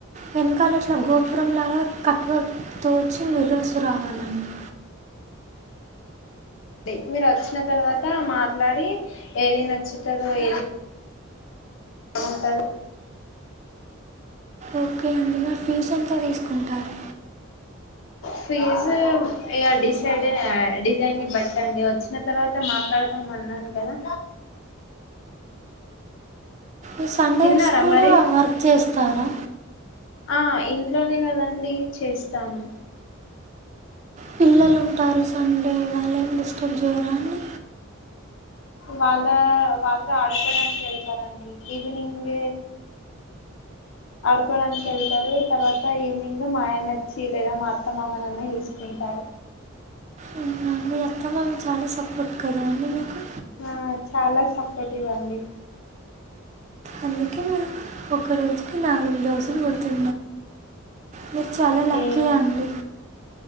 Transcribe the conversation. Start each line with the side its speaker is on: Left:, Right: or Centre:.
Right: వెనకాల ఇట్ల గోపురంలాగా కట్వర్క్తో వచ్చి, మిర్రర్స్ రావాలండి.
Left: అ మీరు వచ్చిన తర్వాత మాట్లాడి, ఏది నచ్చుతదో, ఏది ఏముంటదో
Right: ఓకే అండి. మరి ఫీజ్ ఎంత తీసుకుంటారు?
Left: ఫీజు ఇగ డిసైడ్ డిజైన్ బట్టి అండి. వచ్చిన తర్వాత మాట్లాడదా మన్నాన్ కదా!
Right: ఈ సండేస్
Left: తిన్నారా
Right: కూడా
Left: మరి
Right: వర్క్ చేస్తారా?
Left: ఆ ఇంట్లోనే కదండి చేస్తాను.
Right: పిల్లలుంటారు సండే, వాళ్ ఏం డిస్టర్బ్ చేయరా అండి?
Left: వాళ్ళ వాళ్ళు ఆడుకోడానికి ఎళ్తారండి. ఈవినింగ్, ఆడుకోవడానికి ఎళ్తారు. తర్వాత ఈవినింగ్ మా ఆయనచ్చి లేదా మా అత్త మామలన్న చూసుకుంటారు.
Right: అవునా? మీ అత్తమామలు చాల సపోర్ట్ కదా అండి మీకు?
Left: ఆ వారు చాల సపోర్టివ్ అండి.
Right: అందుకే మీరు, ఒకరోజు కి నాలుగు బ్లౌజులు కు. మీరు చాల లక్కీ
Left: ఏ
Right: అండి.